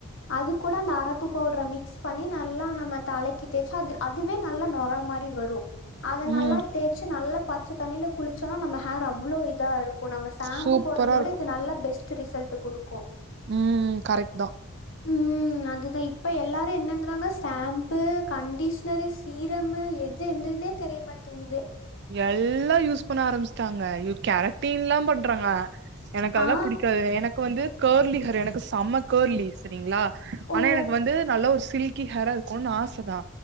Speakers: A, on the left; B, on the right.
A: அதுக் கூட அந்த அரப்பு பவுட்ர மிக்ஸ் பண்ணி நல்லா நம்ம தலக்கி தேச்சா அது அதுவே நல்லா நொர மாரி வரு அத
B: ம்
A: நல்லா தேச்சு நல்லா பச்சத் தண்ணியில குளிச் சோனா நம்ம ஹேர் அவ்ளோ இதா இருக்கு நம்ம சாம்ப்பு
B: சூப்பரா
A: போட்றத விட இது நல்ல பெஸ்ட் டு ரிசல்ட்டு குடுக்கு
B: உம் கரெக்ட்தா
A: ம் அதுதா இப்ப எல்லாரு என்னங்கிறாங்க சாம்ப்பு கண்டிஷ்னரு சீரமு எது எந்ததுன்னே தெரியமாட்டிங்கிது
B: எல்லா யூஸ் பண்ண ஆரம்பிச்சிட்டாங்க யோ கேரட்டீன்லா பண்றாங்க எனக்கு அதல்லா
A: ஆ
B: புடிக்காது எனக்கு வந்து கேர்லி ஹேர் எனக்கு செம்ம கேர்லி செரிங்களா ஆனா
A: ஓ
B: எனக்கு வந்து நல்ல ஒரு சில்க் கி ஹேரா இருக்கொன் ஆசதா